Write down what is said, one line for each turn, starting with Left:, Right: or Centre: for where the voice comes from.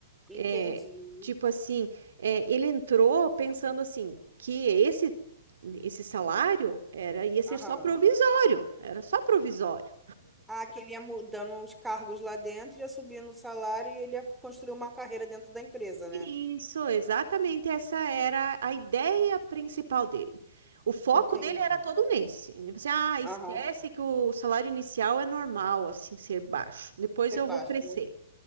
Centre: entendi.
Right: É, tipo assim, é, ele entrou pensando assim que esse esse salário era ia ser
Centre: Aham.
Right: só provisório, era só provisório.
Centre: Ah, que ele ia mudando os cargos lá dentro, ia subindo o salário e ele ia construir uma carreira dentro da empresa, né?
Right: Isso, exatamente essa era a ideia principal dele. O foco
Centre: Entendi.
Right: dele era todo nesse. Ele disse, ah, esquece
Centre: Aham.
Right: que o salário inicial é normal, assim, ser baixo. Depois
Centre: Você
Right: eu
Centre: baixa,
Right: vou crescer.
Centre: né?